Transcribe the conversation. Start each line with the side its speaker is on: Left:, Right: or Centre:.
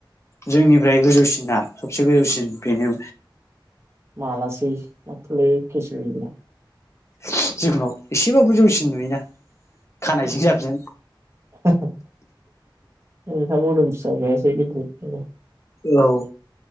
Left: जोंनिफ्राय गोजौसिना इसे गोजौसिन बेनो
Right: मलाासि <unintelligible>
Left: <unintelligible> एसेबाबो जौसिन नुयोना
Right: <unintelligible>
Left: खानायजों जाबजों
Right: <unintelligible>
Left: औ